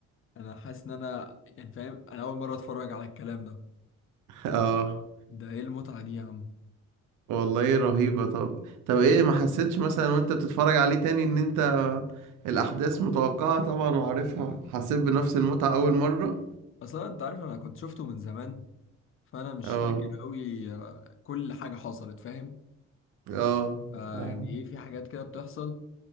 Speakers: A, on the left (about 45°); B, on the right (about 85°).
A: انا حاسس ان انا يعني فاهم انا اول مره اتفرج على الكلام ده
B: <laughs> اه
A: ده ايه المتعه دي يا عم
B: والله رهيبه طب طب ايه ما حسيتش مثلا وانت بتتفرج عليه تاني ان انت الاحداث متوقعه طبعا وعارفها حسيت بنفس المتعه اول مره
A: اصلا انت عارف انا كنت شفته من زمان فانا مش
B: اه
A: فاكر قوي آه، كل حاجه حصلت فاهم
B: اه
A: آه
B: فاهم.
A: يعني ايه في حاجات كده بتحصل